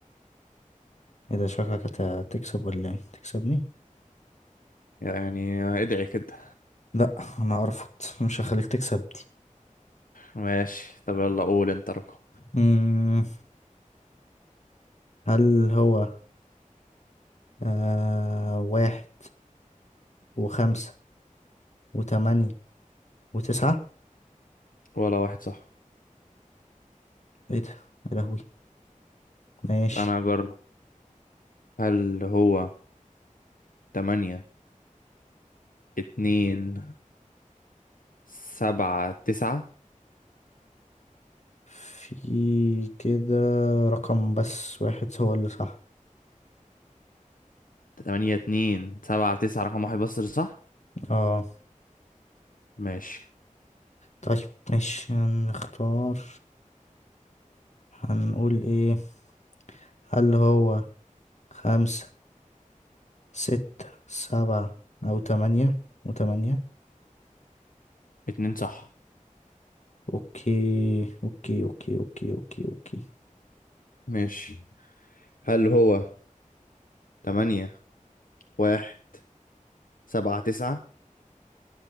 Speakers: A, on the left; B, on the left.
A: ايه ده شكلك هت- هتكسب ولا ايه تكسبني
B: يعني ادعي كده
A: لا انا ارفض مش هخليك تكسب دي
B: ماشي طب يلا قول انت رقم
A: مم، هل هو آه واحد وخمسة وتمانية وتسعة
B: ولا واحد صح
A: ايه ده يا لهوي ماشي
B: انا اجرب هل هو تمانية اتنين سبعة تسعة
A: في كده رقم بس واحد هو اللي صح
B: تمانية اتنين سبعة تسعة رقم واحد بس اللي صح
A: اه
B: ماشي
A: طيب ماشي هنختار هنقول ايه هل هو خمسة ستة سبعة أو تمانية وتمانية
B: اتنين صح
A: أوكي أوكي أوكي أوكي أوكي أوكي
B: ماشي هل هو تمانية واحد سبعة تسعة